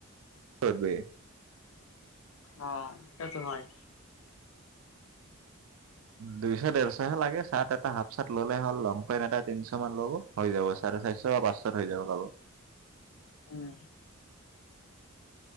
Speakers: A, on the right; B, on the left.
A: উঠবি?
B: অঁ তেওতো হয়।
A: দুইছ ডেৰছহে লাগে। চাৰ্ট এটা হাফ চাৰ্ট ললে হ'ল, লং পেণ্ট এটা তিনিশ মান ল'ব হৈ যাব চাৰে চাৰিশ পাঁচশত হৈ যাব কাব
B: উম।